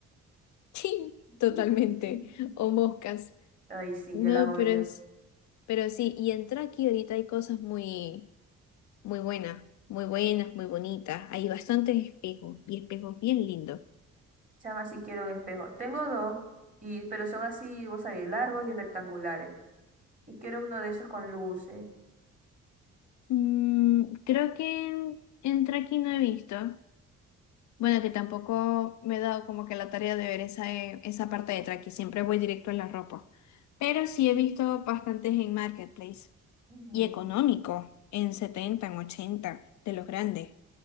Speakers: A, on the left; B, on the right.
A: Sí,
B: <laughs>
A: totalmente. O moscas.
B: Ay, sí,
A: No,
B: yo las odio.
A: pero es, pero sí, y en Traki ahorita hay cosas muy, muy buenas, muy buenas, muy bonitas. Hay bastantes espejos y espejos bien lindos.
B: Chama, sí quiero un espejo. Tengo dos, y, pero son así, vos sabés, largos y rectangulares. Y quiero uno de esos con luces.
A: Mm, creo que en, en Traki no he visto. Bueno, que tampoco me he dado como que la tarea de ver esa, eh, esa parte de Traki. Siempre voy directo a la ropa. Pero sí he visto bastantes en Marketplace.
B: Ujú.
A: Y económico, en 70 en 80 de los grandes.